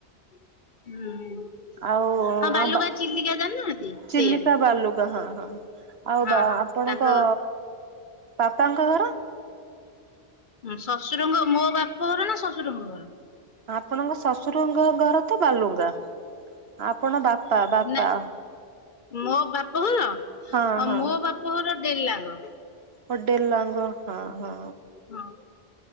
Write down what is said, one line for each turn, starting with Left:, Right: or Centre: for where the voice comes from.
Left: ହୁଁ।
Right: ଆଉ
Left: ହଁ ବାଲୁଗାଁ
Right: ବା
Left: ଚିଲିକା ଜାଣିନାହାନ୍ତି
Right: ଚିଲିକା
Left: ସେଇଆଡେ
Right: ବାଲୁଗାଁ ହଁ ହଁ। ଆଉ
Left: ହଁ
Right: ବା
Left: ହଁ
Right: ଆପଣଙ୍କ
Left: ତାଙ୍କ
Right: ବାପାଙ୍କ ଘର?
Left: ଶ୍ୱଶୁର ଙ୍କ ମୋ ବାପ ଘର ନା ଶ୍ୱଶୁରଙ୍କ ଘର?
Right: ଆପଣଙ୍କ ଶ୍ୱଶୁରଙ୍କ ଘ ଘର ତ ବାଲୁଗାଁ। ଆପଣ ବାପା ବାପା
Left: ନା ମୋ ବାପ ଘର
Right: ହଁ ହଁ
Left: ମୋ ବା ମୋର ଡେଲାଙ୍ଗ।
Right: ହଁ ଡେଲାଙ୍ଗ ହଁ ହଁ।
Left: ହଁ।